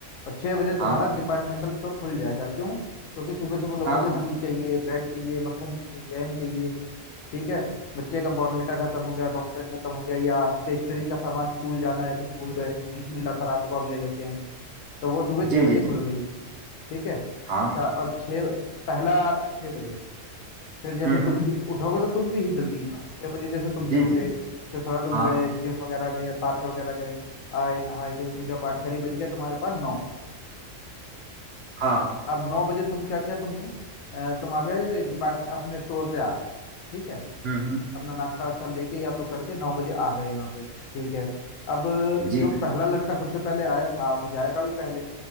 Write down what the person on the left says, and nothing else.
और छः बजे
तुम्हारा डिपार्टमेंटल स्टोर खुल जाएगा क्यों क्योंकि सुबह सुबह लोगों
को दूध
चाहिए ब्रेड चाहिए मक्खन चाहिए जैम चाहिए ठीक है बच्चे का बॉर्नविटा खत्म हो गया कॉम्प्लेन खत्म हो गया या स्टेशनरी का सामान स्कूल जाना है कुछ भूल गए नहीं मिल रहा था रात को अब ले लेते हैं तो वो सुबह
छह बजे
खुल गई ठीक है
अच्छा और छः पहला आ गया छह बजे फिर जैसे
तुम
भी उठोगे तो तुम भी ही जल्दी ना छह बजे जैसे तुम
भी उठे
फिर थोड़ा तुम
गए जिम वगैरह गए या पार्क वगैरह गए आए नहाए धोए पूजा पाठ करी बज गए तुम्हारे पास नौ
अब नौ बजे तुम क्या किया तुमने अ, तुम आ गए डिपार्टमेंट अपने स्टोर पे आ गए ठीक है
अपना नाश्ता वास्ता लेके या तो करके नौ बजे आ गए यहाँ पे ठीक है अब
जो
पहला लड़का सबसे पहले आया था वो जाएगा भी पहले